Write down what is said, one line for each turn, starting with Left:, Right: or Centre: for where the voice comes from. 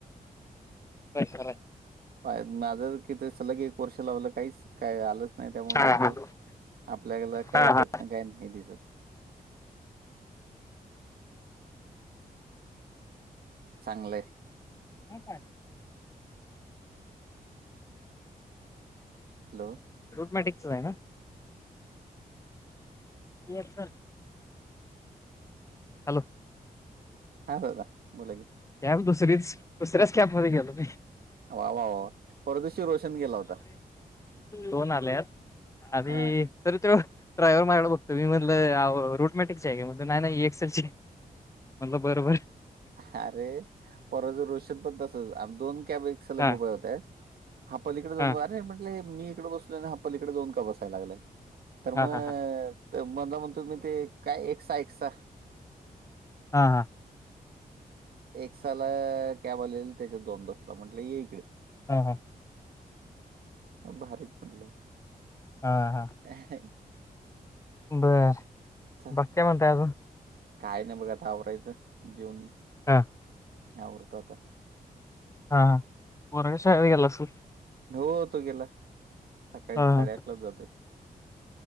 Left: ब <inaudible>
Right: पा माझं कि सलग एक वर्ष लावलं काहीच काय आलंच नाही त्यामुळे
Left: हां,
Right: म्हटलं
Left: हां.
Right: आपल्याला काय
Left: हां, हां.
Right: ना काय हे दिसत नाही. चांगलय.
Left: ह काय <inaudible>
Right: हॅलो!
Left: रुटमॅटिकचच आहे ना. मचछा <unintelligible> हॅलो!
Right: हा दादा बोला की.
Left: न्यालतो सगळीच दुसऱ्याच कॅपमध्येध्ये गेलो मी.
Right: वा वा वा वा परवादीवशी रोशन गेला होता.
Left: दोन आल्यात, आणि
Right: हा
Left: तरी तो ड्रायव्हर माझ्याकडं बघतो, मी म्हनलं आव रूटमॅटिक ची आहे का, म्हनलं नाही नाही ही एक्सएल ची य. म्हनलं बर-बर.
Right: अरे, परवाच रोशन पण तसच आणि दोन कॅब एक सलग
Left: हां,
Right: उभ्या होत्या. हा पालीकडे जाऊन
Left: हां.
Right: उभा आरे म्हटलं मी इकडे बसलो आणि का पलीकडे जाऊन का बसायला लागलाय तर मग
Left: हां,
Right: मला
Left: हां, हां.
Right: म्हणलं म्हण तुम्ही ते काय एकसा एकसा
Left: हां
Right: एक्साला कॅब आलेली त्याच्यात जाऊन बसला म्हटलं ये इकडं.
Left: हां-हां.
Right: भारीच म्हणलं.
Left: हा-हा.
Right: अ <inaudible>
Left: बरं,
Right: चा-
Left: बाकी काय म्हणताय अजून?
Right: काय नाही बघ आता आवरायचं, जेवून
Left: हा.
Right: आवरतो आता.
Left: हा. पोरग शाळेत गेल असेल?
Right: हो, तो गेला. सकाळी
Left: हा,
Right: साडेआठलाच
Left: बर.
Right: जातोय